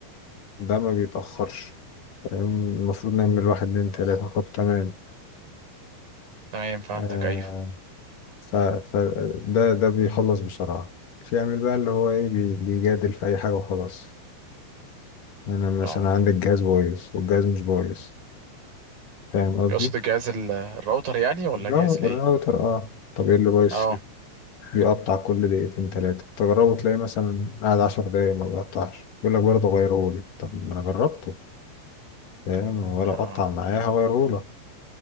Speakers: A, on the left; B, on the right.
A: ده ما بيتأخرش فاهم؟ المفروض نعمل واحد اتنين تلاتة طب تمام
B: تمام فهمتك
A: آه
B: ايوه
A: ف ف ده ده بيخلص بسرعة في عامل بقى اللي هو ايه بي- بيجادل في أي حاجة وخلاص أنا مثلا
B: اه
A: عندي الجهاز بايظ والجهاز مش بايظ فاهم قصدي؟
B: يقصد الجهاز ال- الراوتر يعني ولا
A: الرا-
B: جهاز الايه
A: الراوتر اه طب ايه اللي بايظ
B: اه
A: فيه بيقطع كل دقيقتين تلاتة تجربه تلاقي مثلا قاعد عشر دقايق ما بيقطعش يقول لك برضه غيرهولي طب ما انا جربته فاهم ولا
B: اه
A: قطع معايا هغيرهولك